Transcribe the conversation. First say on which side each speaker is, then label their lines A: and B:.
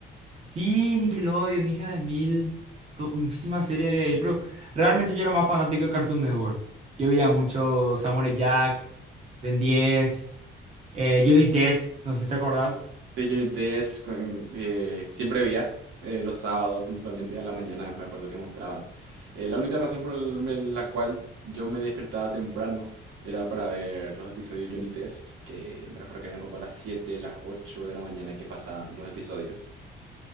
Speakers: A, on the right (about 30°); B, on the right (about 75°).
A: Sí, Nickelodeon, hija de mil. to- Muchísimas series había ahí, pero realmente yo era más fanático de Cartoon Network. Yo veía mucho Samurai Jack, Ben 10, eh, Johnny Test, no sé si te acordás.
B: de Johnny Test. con- eh, siempre veía eh, los sábados, principalmente a la mañana, me acuerdo que mostraban. Eh, la única razón por el- me- la cual yo me despertaba temprano era para ver los episodios de Johnny Test, que me recuerdo que eran como a las 7, las 8 de la mañana que pasaban los episodios.